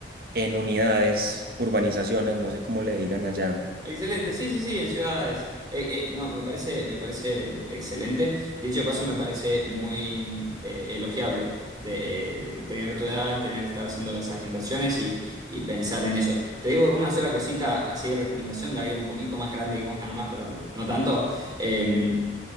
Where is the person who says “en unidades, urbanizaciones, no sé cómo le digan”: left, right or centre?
Right